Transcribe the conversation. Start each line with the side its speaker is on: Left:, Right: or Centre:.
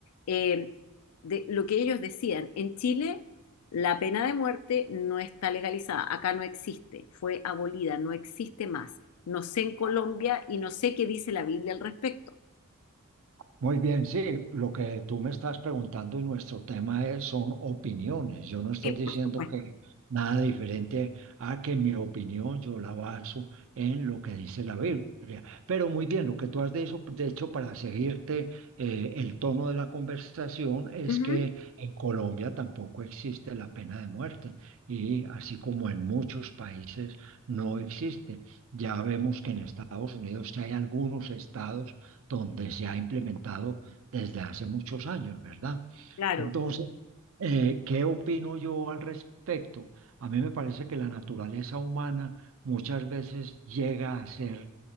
Left: eh, de lo que ellos decían. En Chile, la pena de muerte no está legalizada, acá no existe, fue abolida, no existe más no sé en Colombia y no sé qué dice la Biblia al respecto.
Right: Muy bien, sí, lo que tú me estás preguntando y nuestro tema es- son opiniones. Yo no estoy
Left: Sí,
Right: diciendo
Left: por supuesto.
Right: que nada diferente a que mi opinión yo la baso en lo que dice la Biblia. Pero muy bien, lo que tú has dicho, de hecho, para seguirte eh, el tono de la conversación es
Left: Ujú,
Right: que en Colombia tampoco existe la pena de muerte y así como en muchos países no existe. Ya vemos que en Estados Unidos sí hay algunos estados donde se ha implementado desde hace muchos años, ¿verdad?
Left: Claro,
Right: Entonces, eh, ¿qué opino yo al respecto? A mí me parece que la naturaleza humana muchas veces llega a ser